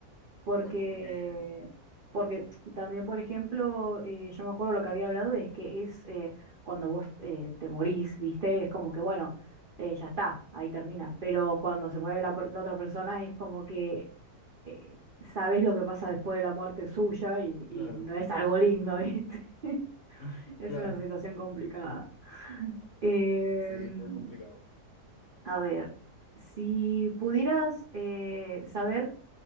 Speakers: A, on the right; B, on the left.
A: Porque,
B: cual como que
A: porque también, por ejemplo, eh, yo me acuerdo lo que había hablado es que es eh, cuando vos eh, te morís, ¿viste? Es como que, bueno, eh, ya está, ahí termina. Pero cuando se muere la, per- la otra persona es como que eh, sabés lo que pasa después de la muerte suya y, y
B: Claro,
A: no es algo lindo, ¿viste? <laughs>
B: <laughs>
A: Es
B: claro.
A: una situación complicada. Em,
B: sí, es muy complicado.
A: a ver, si pudieras eh, saber